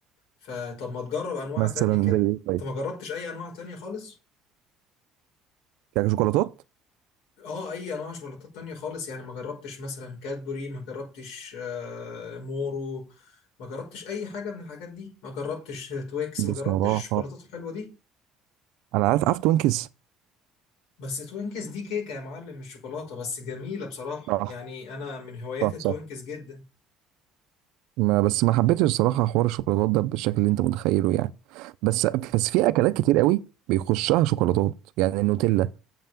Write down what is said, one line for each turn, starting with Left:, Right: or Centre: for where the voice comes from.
Left: فطب ما تجرب أنواع
Right: مثلا
Left: تانية كده
Right: زي ايه طيب
Left: أنت ما جربتش أي أنواع تانية خالص؟
Right: يعني شوكولاتات
Left: اه اي انواع شوكولاتات تانية خالص يعني ما جربتش مثلا كادبوري ما جربتش آه، مورو ما جربتش اي حاجة من الحاجات دي ما جربتش تويكس
Right: بصراحة
Left: ما جربتش الشوكولاتات الحلوة دي
Right: انا عارف عارف توينكس
Left: بس توينكس دي كيكة يا معلم مش شوكولاتة بس جميلة بصراحة
Right: صح
Left: يعني انا من هوايات
Right: صح
Left: التوينكس
Right: صح
Left: جدا
Right: ما بس ما حبيتش الصراحة حوار الشوكولاتات ده بالشكل اللي انت متخيله يعني بس بس في اكلات كتير قوي بيخشها شوكولاتات يعني النوتيلا